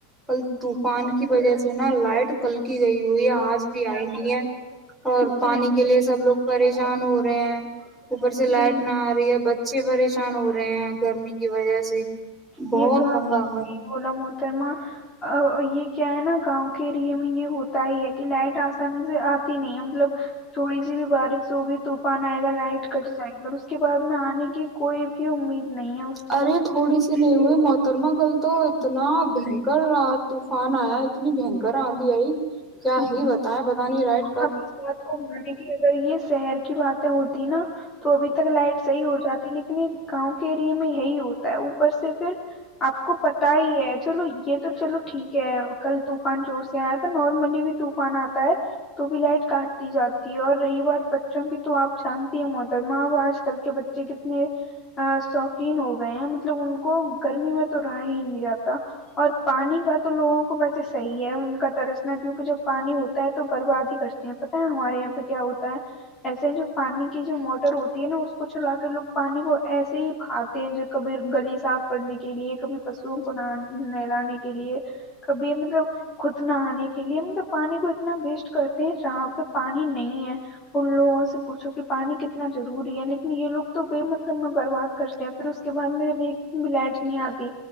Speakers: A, in the centre; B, on the left (about 20°).
A: کل طوفان کی وجہ سے نا لائٹ کل کی گئی ہوئی ہے آج بھی آئی نہیں ہے اور پانی
B: جی
A: کے لیے سب لوگ پریشان ہو رہے ہیں اوپر سے لائٹ
B: جی
A: نہ آ رہی ہے ب اچھے پریشان ہو رہے ہیں گرمی کی وجہ سے بہت
B: یہ تو
A: تنگ
B: آپ
A: آ گئے
B: کول م ہوتاما یہ کیا ہے نا گاؤں کے ایریے میں یہ ہوتا ہی ہے کہ لائٹ آسانی سے آتی نہیں ہے مطلب تھوڑی سی بھی بارش ہو گئی ان آئے گا لائٹ کٹ جائے گی اور اس کے بع میں آنے کی کوئی بھی امید نہیں ہے اس کی
A: ارے تھوڑی سی نہیں ہوئے محترما کل تو اتنا بھینکر طوفان آیا اتنی بھینکر آندھی آئی کیا
B: لیکن
A: ہی بتائیں پتا نہیں رائٹ
B: آپ اس بات کو مانیں گی اگر یہ شہر کی بات ہوتی نا تو ابھی تک لائٹ صحیح ہو جاتی لیکن یہ گاؤں کے ایریے میں یہی ہوتا ہے اوپر سے پھر آپ کو پتا ہی ہے چلو یہ تو چلو ٹھیک ہے کل طوفان جوور سے آیا تھا نارملی بھی طوفان آتا ہے تو بھی لائٹ کاٹتی جاتی ہے اور رہی بات بچوں کی تو آپ جانتی ہیں محترمہ آج کل کے بچے کتنے شوقین ہو گئے ہیں مطلب ان کو گرمی میں تو رہا ہی نہیں جاتا اور پانی کا تو لوگوں کو ویسے صحیح ہے ان کا ترسنا کیونکہ جب پانی ہوتا ہے تو برباد ہی کرتے ہیں پتا ہے ہمارے یہاں پہ کیا ہوتا ہے ایسے جو پانی کی جو موٹر ہوتی ہے نا اس کو چلا کے لوگ پانی کو ایسے ہی کھاتے ہی کبھی گلی صاف کرنے کے لیے کبھی پشو کو نہ نہلانے کے لیے کبھی مطلب خود نہانے کے لیے مطلب پانی کو اتنا بیسٹ کرتے ہیں جہاں پہ پانی نہیں ہے ان لوگوں سے پوچھو کہ پانی کتنا ضروری ہے یعنی یہ لوگ تو بے مطلب میں برباد کرتے ہیں پھر اس کے بعد میرے بھی ایک دن بھی لائٹ نہیں آتی